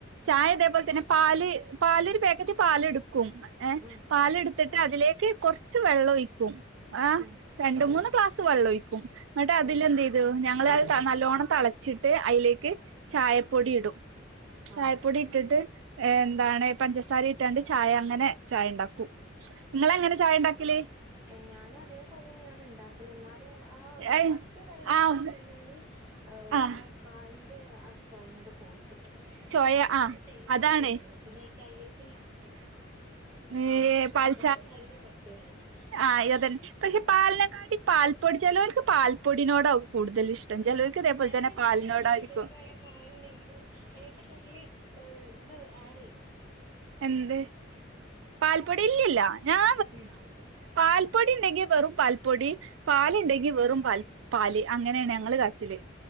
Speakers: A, on the right; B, on the right.
A: ചായ
B: ആഹ്
A: ഇതേപോലെത്തെന്നെ പാല് പാലലൊര് പേക്കറ്റ് പാല് എടുക്കും ഏ
B: ഉം
A: പാല് എട് ത്തിട്ട് അതിലേക്ക് കൊറച്ച് വെള്ളാഴിക്കും ആഹ്
B: ഉം
A: രണ്ട് മൂന്ന് ക്ലാസ് വെള്ളൊഴിക്കും എന്നട്ട് അതില്
B: ഉം
A: എന്തെയ്തു
B: ഉം
A: ഞങ്ങള് അത് നല്ലോണ്ണം തളച്ചിട്ട് അയ്ലേക്ക് ചായപ്പൊടി ഇടു. ചായപ്പൊടി
B: അതെ
A: ഇട്ടിട്ട് ഏ എന്താണ് പഞ്ചസാര ഇട്ടാണ്ട് ചായ അങ്ങനെ ചായ ഇണ്ടാകും ഇങ്ങളങ്ങനെ ചായ ഇണ്ടാക്കല്
B: ഞാനു അതേപോലെന്നെയാണ് ഇണ്ടാക്കല് എന്നാലു ആ
A: ഏഹ്
B: അധിക വെള്ളായിക്കഴിഞ്ഞാല്.
A: ആഹ്
B: ഏഹ്
A: ആഹ്
B: ആ പാലിന്റെ ആ ചെയങ്ങട്ട് പോയിക്കിട്ടും
A: ചോയ
B: അപ്പൊ
A: ആഹ്
B: ടെയ്സ്റ്റ്
A: അതാണ്
B: കിട്ടുല്ല പിന്നെ ആയിക്ക് അയ്ക്ക്
A: ഏ
B: ആണോ
A: പാല്
B: ഇൻക്ക് നല്ല കട്ടിവേണം
A: ആഹ് അതന്നെ പക്ഷെ പാലിനെക്കാട്ടിലും പാൽ പൊടി ചേലോൽക്ക് പാൽ പൊടിനോടാവു കൂടുതലിഷ് ട്ടം ചേലോൽക്ക് ഇതോപോലെത്തെന്നെ
B: ഞാനെന്നാലും
A: പാലിനോടായിരിക്കു.
B: ഇതേപോലെ പാലില്ലെങ്കിലും അയ്ലെക്ക് തുള്ളി ഏഹ് ഇത് ആഡ്യും
A: എന്ത് പാൽപ്പൊടി ഇല്ലില്ല ഞാൻ
B: ഉം
A: പാൽപ്പൊടിണ്ടെങ്കി വെറും പാൽപ്പൊടി പാല്ണ്ടെങ്കി
B: ഉം
A: വെറും പാല് പാല് അങ്ങനെണ് ഞങ്ങള് കാച്ചല്